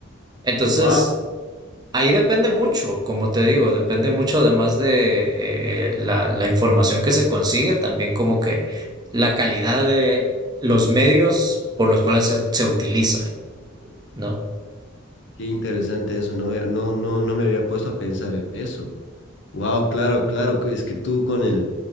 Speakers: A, on the right (about 20°); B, on the left (about 60°).
A: Entonces...
B: Wow,
A: Ahí depende mucho, como te digo, depende mucho además de eh, la, la información que se consigue, también como que la calidad de los medios por los cuales se, se utiliza, ¿no?
B: qué interesante eso, no, eh, no, no, no me había puesto a pensar en eso. Wow, claro, claro, que es que tú con el,